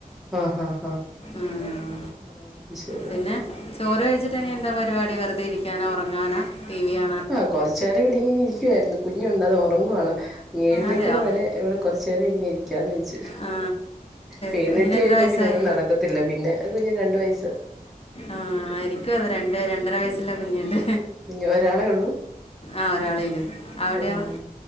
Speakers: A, in the centre; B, on the left (about 45°).
A: ഹഹ ഹ
B: ഉം.
A: ആത് ശരി
B: പിന്നെ ചോറ് കഴിച്ചിട്ട് ഇനി എന്താ പരിപാടി വെറുതെ ഇരിക്കാനാ ഉറങ്ങാനാ ടി വി കാ
A: ആഹ് കൊറച്ചേരം ഇവിടിങ്ങനെ ഇരിക്കുവായിരുന്നു കുഞ്ഞുണ്ടത് ഉറങ്ങുവാണ് ഇനി എഴുന്നേക്കുന്നത്
B: അതെയോ
A: വരെ ഇവിടെ കൊറച്ച് നേരം ഇങ്ങനെരിക്കാന്ന് വിചാരിച്ചു.
B: ആ,
A: പ്പെഴുനേറ്റ്
B: കുഞ്ഞിന് എത്ര
A: കഴിഞ്ഞാ
B: വയസ്സായി
A: പിന്നെ ഒന്നും നട ക്കത്തില്ല, പിന്നെ കുഞ്ഞിന് രണ്ടു വയസ്സ്
B: ആഹ് എനിക്കും അതെ രണ്ട് രണ്ടര വയസ്സുള്ള കുഞ്ഞുണ്ട്
A: കുഞ്ഞ് ഒരാളെ ഉള്ളൂ
B: ആഹ് ഒരാളേ ഉള്ളൂ, അവിടെയോ
A: ആഹ്